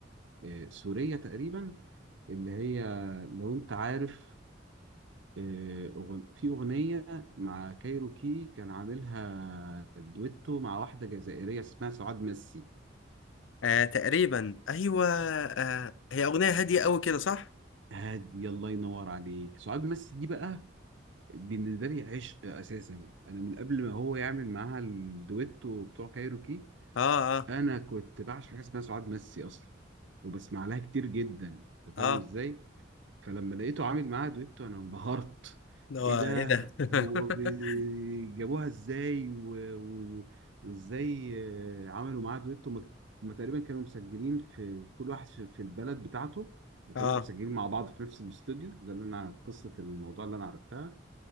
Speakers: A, on the right; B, on the left.
A: آه، سورية تقريبا اللي هي لو أنت عارف آه، أغن- في أغنية مع كايروكي كان عاملها دويتو مع واحدة جزائرية اسمها سعاد مسي
B: <laughs> آه تقريبا ايوه آه هي اغنيه هاديه قوي كده صح
A: هادي الله ينور عليك سعاد مسي دي بقى بالنسبة لي عشق أساسا أنا من قبل ما هو يعمل معاها الدويتو بتوع كايروكي
B: اه اه
A: أنا كنت بعشق حاجة اسمها سعاد مسي أصلا وبسمع لها كتير جدا أنت فاهم
B: اه
A: إزاي؟ فلما لقيته عامل معاها دويتو انا انبهرت
B: ده هو
A: ايه ده
B: ايه ده <laughs>
A: هو بي- جابوها ازاي و... و... وازاي آه، عملوا معاها دويتو هم هم تقريبا كانوا مسجلين في كل واحد في, في البلد بتاعته ما كانوش
B: اه
A: مسجلين مع بعض في نفس الاستوديو ده اللي انا قصة الموضوع اللي انا عرفتها